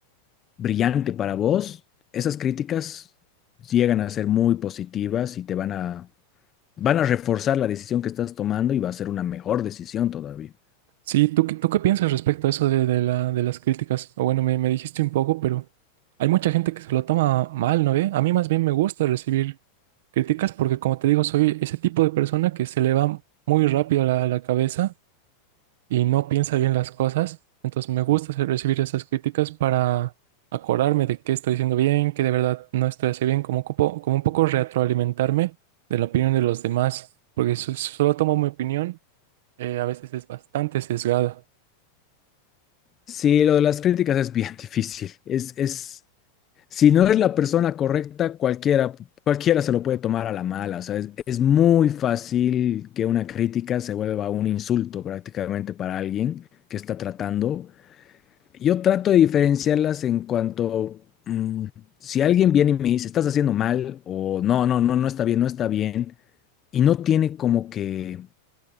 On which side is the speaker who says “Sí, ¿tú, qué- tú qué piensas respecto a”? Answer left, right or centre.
Right